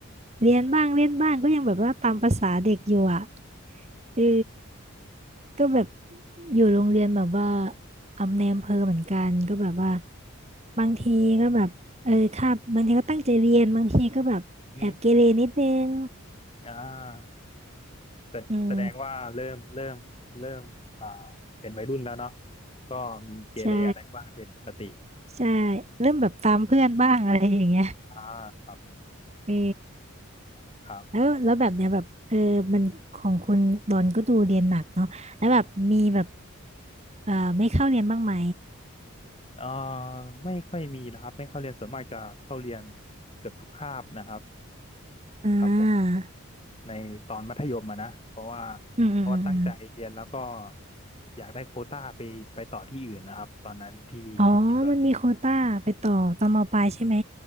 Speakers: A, on the right; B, on the left.
A: เรียนบ้างเล่นบ้างก็ยังแบบว่าตามภาษาเด็กอยู่อ่ะเออ ก็แบบอยู่โรงเรียนแบบว่าอำในอำเภอเหมือนกันก็แบบว่าบางทีก็แบบเออคาบบางทีก็ตั้งใจเรียนบางทีก็แบบแอบเกเรนิดนึง
B: อืมอ่าแสแสดงว่าเริ่มเริ่มเริ่มอ่า
A: อืม
B: เป็นวัยรุ่นแล้วเนาะก็มีเกเรอะไรบ้างเป็นปกติ
A: ใช่ใช่เริ่มแบบตามเพื่อนบ้างอะไรอย่างเงี้ย
B: อ่าครับ
A: เออ
B: ครับ
A: แล้วแล้วแบบเนี้ยแบบเออมันของคุณดอนก็ดูเรียนหนักเนาะแล้วแบบมีแบบเอ่อไม่เข้าเรียนบ้างไหม
B: เอ่อไม่ค่อยมีนะครับ ไม่เข้าเรียนส่วนมากจะเข้าเรียนเกือบทุกคาบนะครับ
A: อ่า
B: ครับผมในตอนมัธยมอะนะเพราะว่า
A: อืมอืมอืมอม
B: เพราะว่าตั้งใจเรียนแล้วก็อยากได้โควต้าไปไปต่อที่อื่นนะครับ ตอนนั้นที่ที่คิดว่า
A: อ๋อมันมีโควต้าไปต่อตอนมปลายใช่ไหม